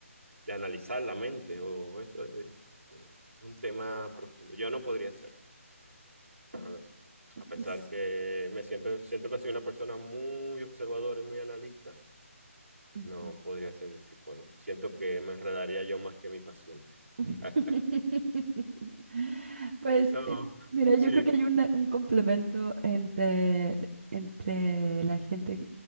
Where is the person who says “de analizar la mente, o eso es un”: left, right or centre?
Right